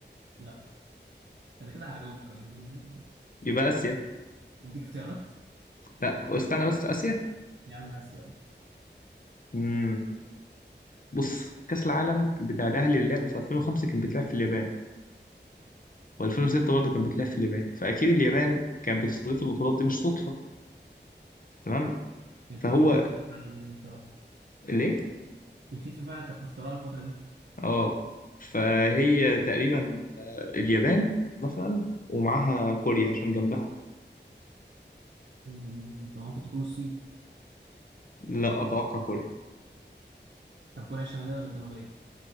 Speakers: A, on the right; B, on the left.
A: لا انا كده هجاوبك يعني
B: يبقى آسيا
A: اديك اختيارات
B: لا واستنى بس آسيا
A: يا عم اسيا اه
B: امم بص كأس العالم بتاع الأهلي اللي لعبه في 2005 كان بيتلعب في اليابان و2006 برضه كان بيتلعب في اليابان فأكيد اليابان كانت بتستضيف البطولات دي مش صدفة تمام
A: كانت
B: فهو
A: الفيفا واخدة فعلا من المخترع
B: ليه
A: الفيفا فعلا كانت مخترعه الفتره دي
B: اه فهي تقريبا آه، اليابان مثلا ومعاها كوريا عشان جنبها
A: مم، طب ممكن تكون الصين
B: لا اتوقع كوريا
A: طب كوريا الشماليه ولا الجنوبيه